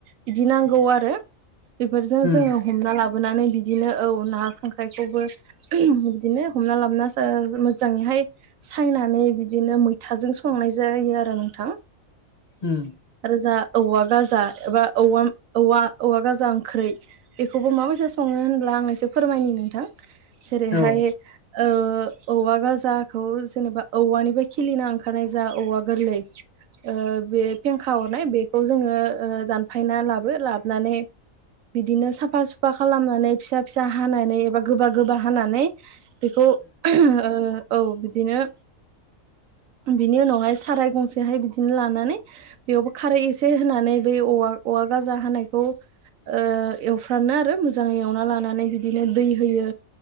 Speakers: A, on the right; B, on the left.
A: बिदि नांगौ आरो बेफोर
B: उम
A: जोङो हमना लाबो बोनानै बिदिनो औ ना खांख्रायखौबो ओम बिदिनो हमना लाबना जा मोजाङै हाय फ्राय सायनानै बिदिनो मैथाजों संनाय जायो आरो नोंथां
B: उम
A: रोजा औवा गाजा एबा औवा औवा औवा गाजा ओंख्रि बेखौबो माबायसा सङो होनब्ला आं एसे फोरमायनि नोंथां जेरैहाय
B: औ ओ
A: ओ ओ औवा गाजाखौ जेनेबा औवानिबो खिलिना ओंखारनाय जा औवा गोरलै ओ बे फेंखा हरनाय बेखौ जोङो ओ दानफायना लाबो लाबोनानै बिदिनो साफा सुफा खालामनानै फिसा फिसा हानानै एबा गोबा गोबा हानानै बेखौ ओम ओ औ बिदिनो बिनि उनावहाय साराय गंसेहाय बिदिनो लानानै बेयावबो खारै एसे होनानै बे औवा औवा गाजा हानायखौ ओ ऐव फ्रानो आरो मोजाङै एवना लानानै बिदिनो दै होयो